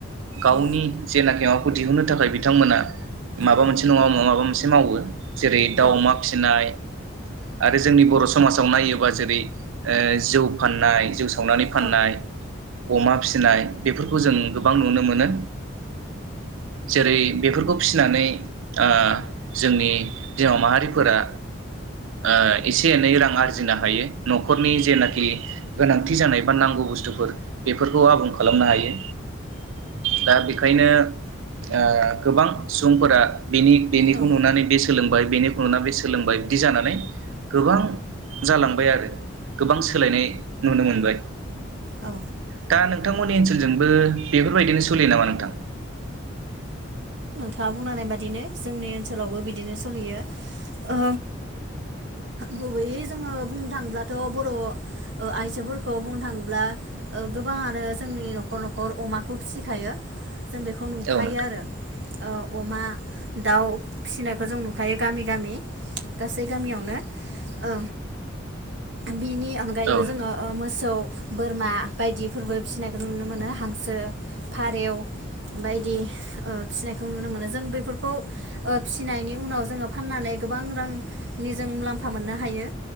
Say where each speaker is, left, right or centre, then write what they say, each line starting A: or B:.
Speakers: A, on the right (about 80°); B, on the right (about 60°).
A: गावनि
B: औ
A: जेनाकि <unintelligible> खौ दिहुननो थाखाय बिथांमोना माबा
B: औ
A: मोनसे नङा माबा मोनसे मावो जेरै दाव
B: औ
A: अमा फिसिनाय आरो जोंनि बर' समाजाव नायोबा जेरै ओ जौ फाननाय जौ संनानै
B: औ
A: फाननाय अमा फिसिनाय बेफोरखौ जों गोबां नुनो मोनो जेरै बेफोरखौ फिसिनानै <unintelligible> हिनजाव माहारिफोरा ओ इसे से एनै रां आरजिनो हायो न'खरनि जेनाखि गोनांथि जानाय बा नांगौ बुस्थुफोर। बेफोरखौ आबुं खालामनो हायो दा बे खायनो ओ गोबां सुबुंफोरा बेनि बेनि
B: औ
A: नुनानै बे सोलोंबाय बेनिखौ नुना बे सोलोंबाय बिदि जानानै गोबां जालांबाय आरो। ओ गोबां सोलायनाय नुनो मोनबाय। <inaudible>
B: औ
A: दा नोंथांमोननि ओनसोलजोंबो बेफोरबायदिनो सोलियो नामा नोंथां?
B: थाङा बुंलांनाय बादिनो जोंनि ओनसोलावबो बिदिनो सोलियो ओ गुबैयै जोङो बुंनो थाङोब्लाथ' बर' ओ आइजोफोरखौ बुंनो थाङोब्ला ओ गोबाङानो जोंनि न'खर न'खर अमाखौ फिसिखायो। जों बेखौ नुखायो
A: औ नोंथां
B: आरो ओ अमा दाउ फिसिनायखौ जों नु खायो गामि गामि। गासै गामियावनो ओ बिनि अनगायैबो
A: औ
B: जोङो
A: नोंथां
B: ओ मोसौ बोरमा बायदिफोरबो फिसिनायखौ नुनो मोनो हांसो फारेउ बायदि फिसिनायखौ नुनो मोनो जों बेफोरखौ फिसिनायनि उनाव जोङो फाननानै गोबां रांनि जों मुलाम्फा मोननो हायो।